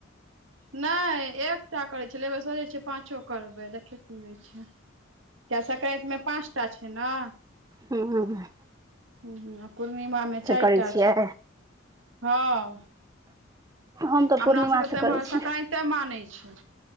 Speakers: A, on the right; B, on the right.
A: नय एकटा करै छलियै। अय बेर सोचय छियै पाँचो करबै देखियौ की होइ छै। कियैए सकरैंत मे पाँस टा छै न?
B: हूँ- हूँ -हुं-
A: हूँ हूँ आ पूरणिमा मे चाइटा
B: करै छियै
A: छै। हँ।
B: हम तऽ
A: हमरा
B: पूर्णिमासँ
A: सभके तऽ
B: करै
A: इम्हर
B: छी
A: सकरैंते मानै छै।